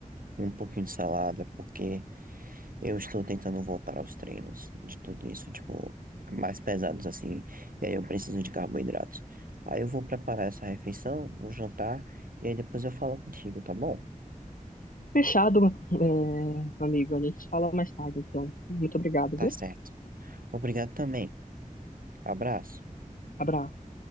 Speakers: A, on the right; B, on the left.
A: e um pouquinho de salada, porque eu estou tentando voltar aos treinos de tudo isso, tipo, mais pesados assim, e aí eu preciso de carboidratos. Aí eu vou preparar essa refeição, vou jantar, e aí depois eu falo contigo, tá bom?
B: Fechado, <laughs> é, amigo, a gente fala mais tarde, então. Muito obrigado,
A: Tá
B: viu?
A: certo. Obrigado também. Abraço.
B: Abraço.